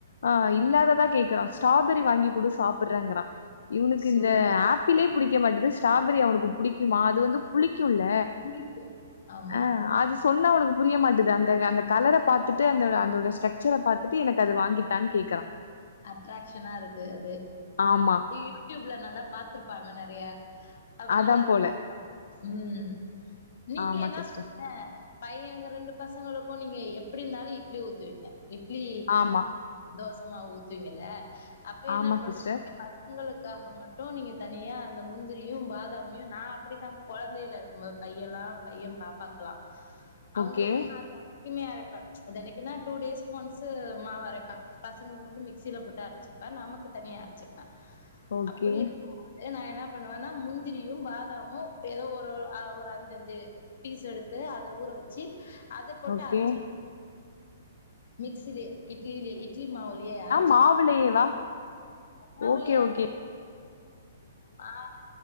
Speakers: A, on the left; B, on the left.
A: அ இல்லாததா கேக்குறா ஸ்ட்ராபெரி வாங்கி குட சாப்படுறங்கறா இவனுக்கு
B: சூப்பர்.
A: இந்த ஆப் பிலே புடிக்க மாட்டுது ஸ்ட்ராபெரி அவனுக்கு புடிக்குமா அது வந்து புளிக்குல்ல
B: புளிக்கும். ஆமா.
A: அ அது சொன்னா அவனுக்கு புரிய மாட்டுது அந்த அந்த கலர பாத்துட்டு அந்த அதோட ஸ்டக் ச்சர பாத்துட்டு எனக்கு அது வாங்கித்தானு கேக்கறா
B: அட்ராக்ஷனா இருக்கு அது
A: ஆமா
B: யூடியூப்ல நல்லா பாத்துருப்பாங்க நறைய அதனால
A: அதா
B: அதுல
A: போல
B: <inaudible> ம் நீங்க
A: ஆமா
B: என்னா
A: சிஸ்டர்
B: <inaudible> இப்ப பையனுங்க ரெண்டு பசங்களுக்கு நீங்க எப்படி இருந்தாலு இப் இட்லி ஊத்துவீங்க இட்லி
A: ஆமா
B: தோசமாவு ஊத்துவீங்கல்ல அப் அப்ப
A: ஆமா
B: என்னா பண்ணு
A: சிஸ்டர்
B: <inaudible> உங்களுக்காக மட்டு நீங்க தனியா அந்த முந்திரியு பாதாமயு நா அப்படித்தா கொழந்தைல இருக்கும்போது பையல்லா பைய பாப்பாக்குலா அவங்களுக்கு
A: ஓகே
B: <inaudible> குமே அரைப்ப தெனைக்குன்னா டூ டேஸ்க்கு ஒன்சு மாவு அரைப்ப பசங்களுக்கு மட்டு மி க்சீல போட்டு அரச்சிப்ப நமக்கு தனியா அரச்சிப்ப
A: ஓகே
B: அப்படி இருக்கும்போது அதே நா என்ன பண்ணுவேன்னா முந்திரியு பாதாமு எதோ ஒரு ஒரு அ அஞ்சுஞ்சு பீஸ் எடுத்து அத ஊற வச்சி அது போட்டே
A: ஓகே
B: அரச்சிருவ மிக்ஸிலே இட்லிலே இட்லி மாவுலயே அர
A: மாவுளேவா
B: மாவுலயே
A: ஓகே ஓகே <inaudible>
B: அ